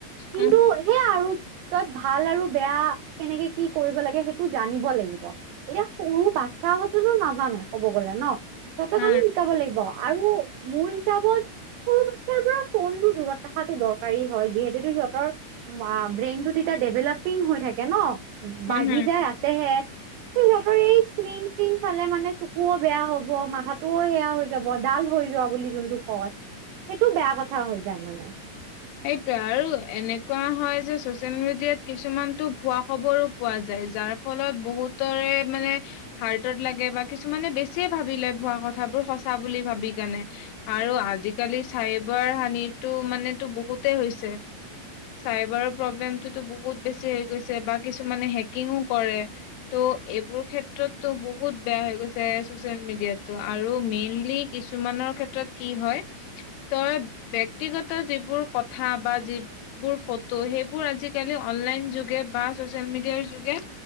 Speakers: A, on the right; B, on the left.
A: কিন্তু
B: উম
A: সেয়া আৰু তই ভাল আৰু বেয়া কেনেকে কি কৰিব লাগে সেইটো জানিব লাগিব। এতিয়া সৰু বাচ্ছা হঁতেতো নাজানে কব গলে ন' সিহঁতক
B: হম
A: আমি শিকাব লাগিব। আৰু মোৰ হিচাপত সৰু বাচ্ছাৰ পৰা ফোনটো দূৰত ৰখাতো দৰকাৰী হয় যিহেতু সিহঁতৰ ব্ৰেইনটো তেতিয়া ডেভেলপিং হৈ থাকে ন'
B: হম
A: বাঢ়ি
B: হম
A: যায় আছেহে <inaudible> স্ক্ৰিন ত্ৰিন চালে মানে চকুও বেয়া হব, মাথাটোও সেয়া হৈ যাব ডাল হৈ যোৱা বুলি যোনটো কয় সেইটো বেয়া কথা হৈ যায় মানে
B: সেইটো আৰু এনেকুৱা হয় যে ছ'চিয়েল মিডিয়াত কিছুমানটো ভুৱা খবৰো পোৱা যায় যাৰ ফলত বহুতৰে মানে হাৰ্টত লাগে বা কিছুমানে বেছিয়ে ভাবি লয় ভুৱা কথাবোৰ সঁচা বুলি ভাবি কেনে আৰু আজিকালি চাইবাৰ হানিটো মানো বহুতেই হৈছে চাইবাৰৰ প্ৰব্লেমটোতো বহুত বেছি হৈ গৈছে বা কিছুমানে হেকিংও কৰে। ত' এইবোৰ ক্ষেত্ৰতো বহুত বেয়া হৈ গৈছে ছ'চিয়েল মিডিয়াটো আৰু মেইনলি কিছুমানৰ ক্ষেত্ৰত কি হয়, তই ব্যক্তিগত যিবোৰ কথা বা যি বোৰ ফটো সেইবোৰ আজিকালি অনলাইন যোগে বা ছ'চিয়েল মিডিয়াৰ যোগে